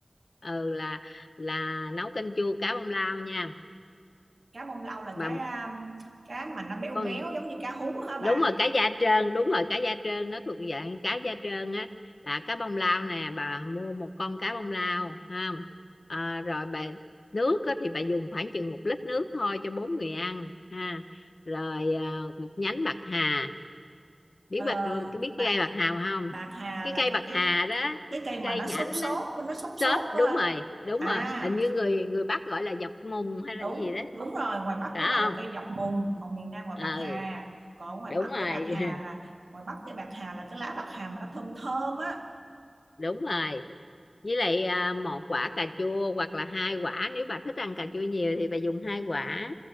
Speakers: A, on the left (about 85°); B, on the right (about 75°).
A: ừ là là nấu canh chua cá bông lau nha
B: cá bông lau là
A: bà
B: cá um, cá mà nó béo
A: con
B: béo giống như cá hú hả bà
A: đúng rồi cá da trơn đúng rồi cá da trơn nó thuộc dạng cá da trơn á là cá bông lau nè bà mua một con cá bông lau ha à, rồi bà nước á, thì bà dùng khoảng chừng một lít nước thôi cho bốn người ăn ha rồi à, một nhánh bạc hà biết
B: Ờ,
A: bạc biết cái
B: bạc
A: cây bạc hà không
B: bạc hà
A: cái
B: là
A: cây
B: cái
A: bạc
B: cái
A: hà đó
B: cái cây mà
A: cây
B: nó
A: nhãn
B: xốp xốp
A: á
B: nó xốp xốp
A: xốp đúng
B: á.
A: rồi đúng
B: à
A: rồi hình như người người Bắc gọi là dọc mùng hay là
B: đúng
A: cái gì đó
B: đúng rồi ngoài Bắc
A: phải
B: nó gọi là
A: không
B: cây dọc mùng còn miền Nam gọi
A: ừ
B: bạc hà còn ở ngoài
A: đúng
B: Bắc
A: rồi
B: cây bạc hà
A: <laughs>
B: là ngoài Bắc cây bạc hà là cái lá bạc hà mà nó thơm thơm á
A: đúng rồi với lại à, một quả cà chua hoặc là hai quả nếu bà thích ăn cà chua nhiều thì bà dùng hai quả